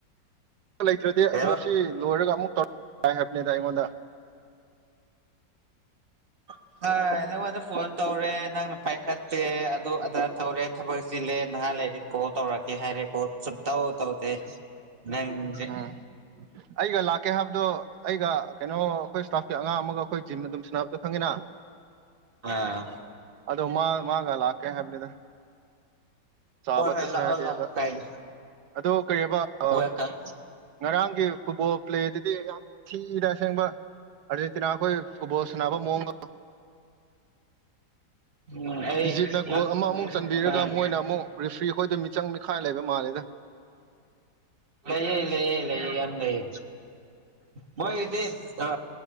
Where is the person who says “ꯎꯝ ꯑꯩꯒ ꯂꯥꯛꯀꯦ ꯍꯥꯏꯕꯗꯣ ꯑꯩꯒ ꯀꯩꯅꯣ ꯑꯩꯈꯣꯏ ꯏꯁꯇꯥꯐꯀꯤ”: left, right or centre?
Right